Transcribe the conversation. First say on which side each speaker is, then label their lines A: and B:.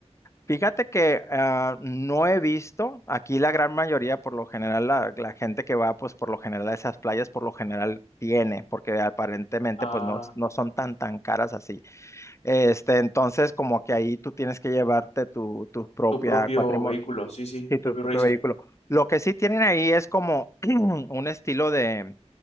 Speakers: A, on the left; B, on the left.
A: Fíjate que ah, no he visto, aquí la gran mayoría, por lo general, la, la gente que va, pues por lo general a esas playas, por lo general tiene, porque aparentemente
B: a
A: pues no, no son tan tan caras así. Este, entonces como que ahí tú tienes que llevarte tu, tu propia
B: tu propio
A: cuatrimoto,
B: vehículo, sí, sí,
A: sí,
B: tu
A: tu
B: propio
A: propio
B: racer.
A: vehículo. Lo que sí tienen ahí es como <clears throat> un estilo de,